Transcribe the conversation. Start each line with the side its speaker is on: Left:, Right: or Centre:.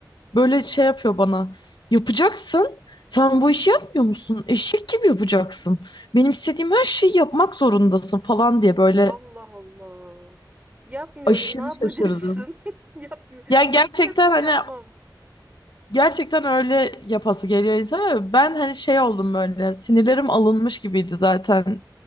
Left: Böyle şey yapıyor bana. Yapacaksın. Sen bu işi yapmıyor musun? Eşek gibi yapacaksın. Benim istediğim her şeyi yapmak zorundasın falan diye böyle
Right: Allah Allah. Yapmıyorum.
Left: aşırı
Right: Ne yapacaksın?
Left: şaşırdım.
Right: <laughs> Yapmıyorum.
Left: Yani gerçekten
Right: Annemin adına
Left: hani
Right: yapmam.
Left: gerçekten öyle yapası geliyor insana. Ben hani şey oldum böyle sinirlerim alınmış gibiydi zaten.